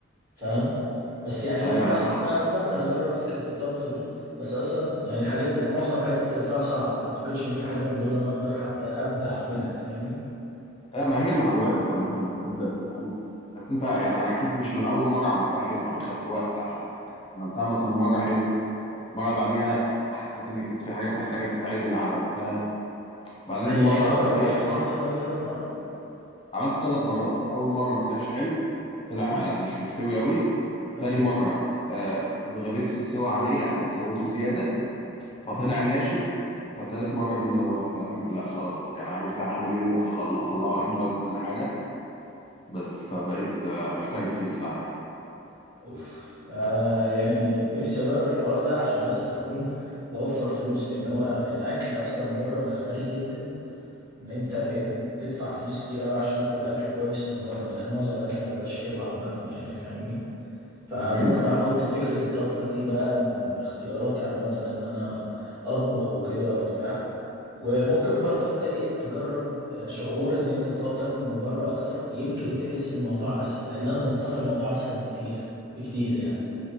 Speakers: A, on the right; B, on the left.
A: فاهم بس يعني
B: ايوه
A: حاسس
B: انا فاهمك
A: ان انا ممكن اجرب فكره الطبخ دي بس اصلا يعني الحاجات معظم الحاجات اللي انت قلتها صعبه ما اعتقدش ان في حاجه من دول انا اقدر حتى ابدا اعملها فاهمني
B: آه، ما هي مع الوقت عامة هتبدأ تتعلم بس انت يعني
A: آه،
B: انا اكيد مش من اول مرة عملتها حلو انا خدت وقت عشان يعني عملتها مثلا مرة حلو المرة اللي بعديها حسيت ان كانت في حاجات محتاجة تتعدل عدلتها بعدين
A: ثانيه
B: المرة
A: يعني انت جربت
B: دي
A: تعمل
B: اخر مرة
A: كتف ضاني كذا مره
B: عملت ثلاث مرات اول مرة ما طلعش حلو طلع
A: امم
B: مش مستوي قوي
A: ايوه
B: تاني مرة آه، اتغبيت في السوى عليه يعني سويته زيادة فطلع
A: مهم.
B: ناشف فتالت مرة دي اللي هو فاهم لا خلاص يعني عرفت هعمل ايه وهطلعه امتى وكل حاجة بس فبقيت آه، محترف فيه الصراحة
A: اوف انا يعني نفسي اجرب الحوار ده عشان بس اكون بوفر فلوس لان هو الاكل اصلا بره بقى غالي جدا ان انت بقيت بتدفع فلوس كتير قوي عشان اكل اكل كويس من بره لان معظم الاكل ما بقاش حلو عامه يعني فاهمني فممكن
B: امم
A: احط فكرة الطبخ دي بقى من اختياراتي عامة ان انا اطبخ وكده وبتاع وممكن برضو انت ايه تجرب آه، شعور ان انت تقعد تاكل من بره اكتر يمكن تحس الموضوع اسهل لان انا مقتنع الموضوع اسهل بكتير بكتير يعني